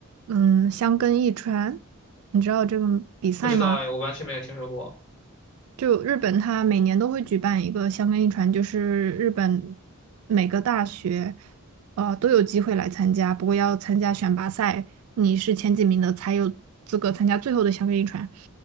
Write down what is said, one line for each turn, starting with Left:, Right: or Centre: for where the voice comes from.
Right: 嗯箱根驿传，你知道这个比赛吗？
Left: 不知道哎，我完全没有听说过。
Right: 就日本，它每年都会举办一个香根一传，就是日本每个大学，呃，都有机会来参加，不过要参加选拔赛，你是前几名的才有资格参加最后的香根一传。